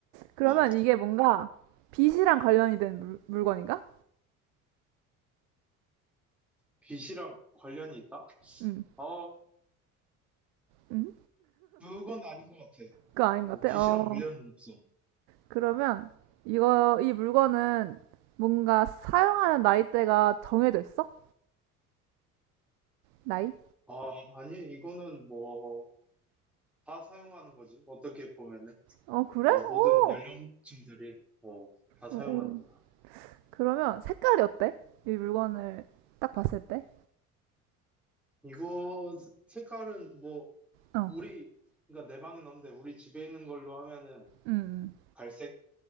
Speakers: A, on the right; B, in the centre.
A: 그러면
B: 어.
A: 이게 뭔가 빛이랑 관련이 된 물, 물건인가?
B: 빚이랑 관련이 있다?
A: 응.
B: 어,
A: 응?
B: 그건 아닌 것 같아.
A: 그거 아닌 것
B: 어,
A: 같아?
B: 빚이랑
A: 어.
B: 관련은 없어.
A: 그러면 이거 이 물건은 뭔가 사용하는 나이대가 정해져 있어? 나이?
B: 아, 아니, 이거는 뭐, 다 사용하는 거지. 어떻게 보면은.
A: 어 그래?
B: 어, 모든
A: 오.
B: 연령층들이, 어, 다 사용하는
A: 어, 어.
B: 거야.
A: 그러면 색깔이 어때? 이 물건을 딱 봤을 때?
B: 이거, 스- 색깔은 뭐,
A: 어.
B: 우리, 그러니까 내 방은 없는데, 우리 집에 있는 걸로 하면은,
A: 음. 음.
B: 갈색?